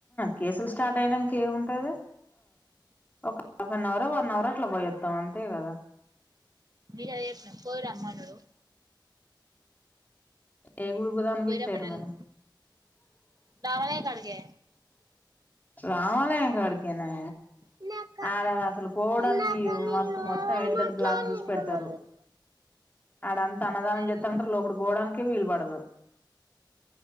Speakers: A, on the left; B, on the right.
A: కేసులు స్టార్ట్ అయనాక ఏముంటది ఒక వన్ అవర్ వన్ అవర్ అట్లా పోయస్తాం అంతే కదా
B: మీద పో రామ్మనడు
A: ఏ గుడికి పొదము
B: పోయిరమ్మనలే
A: ఫిక్స్ అయారు మరి
B: రామనే కాడికే
A: రామాలయం కాడికేనే
B: ఇందాక
A: ఆడ అసలు పోవడానికి
B: ఇందాక నిన్ను
A: మస్తు మొత్తం
B: ఎవరు
A: ఎడితేటి
B: మాట్లాడిర్రు
A: బ్లాక్ చేసి పెడతారు అడంతా అన్నదానం
B: మమ్మీ ఏడికి
A: చేస్తాటార్
B: పోదాం
A: లోపలకి పోవడానికే వీలు పడదు